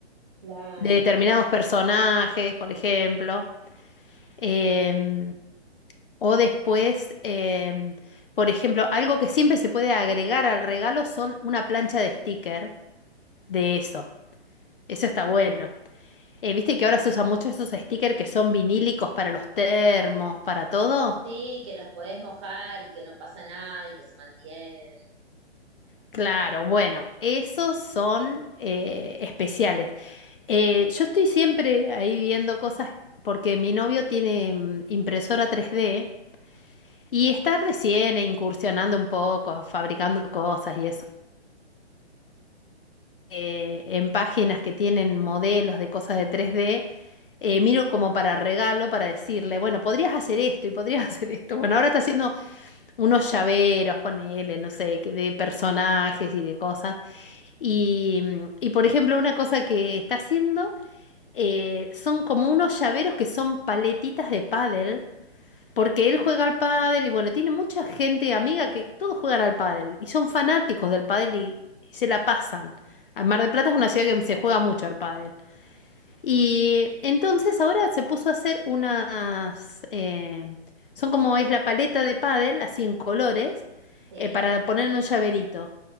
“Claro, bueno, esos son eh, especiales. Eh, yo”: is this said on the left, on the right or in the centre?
Left